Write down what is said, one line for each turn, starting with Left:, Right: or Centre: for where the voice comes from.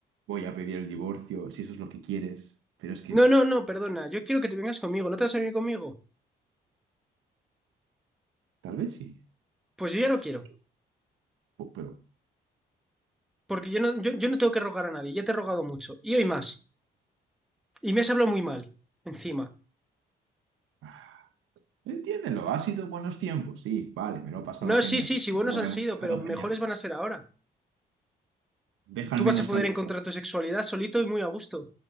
Right: voy a pedir el divorcio, si eso es lo que quieres. Pero es que
Centre: No, no, no, perdona. Yo quiero que te vengas conmigo. ¿No te vas a venir conmigo?
Right: tal vez sí.
Centre: Pues yo ya no
Right: Sí,
Centre: quiero.
Right: po- pero...
Centre: Porque yo no, yo, yo no tengo que rogar a nadie. Ya te he rogado mucho. Y hoy más. Y me has hablado muy mal. Encima.
Right: ah, Entiéndelo, ha sido buenos tiempos, sí, vale, me lo he pasado
Centre: No,
Right: genial.
Centre: sí, sí, sí, buenos
Right: Lo
Centre: han
Right: hemos
Centre: sido,
Right: pasado
Centre: pero mejores
Right: genial.
Centre: van a ser ahora.
Right: Deja
Centre: Tú
Right: al
Centre: vas
Right: menos
Centre: a poder
Right: que hable,
Centre: encontrar tu sexualidad solito y muy a gusto.